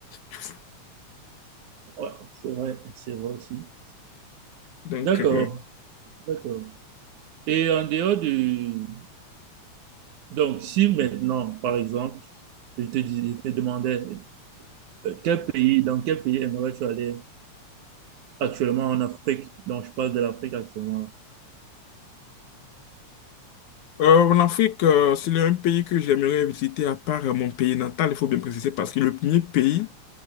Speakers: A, on the left (about 80°); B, on the right (about 80°).
A: <laughs>
B: Ouais, c'est vrai, c'est vrai aussi.
A: Donc,
B: D'accord,
A: euh,
B: d'accord. Et en dehors du... Donc, si maintenant, par exemple, je te dis, je te demandais, euh, quel pays, dans quel pays aimerais-tu aller actuellement en Afrique? Donc, je parle de l'Afrique actuellement là.
A: euh, en Afrique, euh, c'est un pays que j'aimerais visiter à part euh, mon pays natal, il faut bien préciser, parce que le premier pays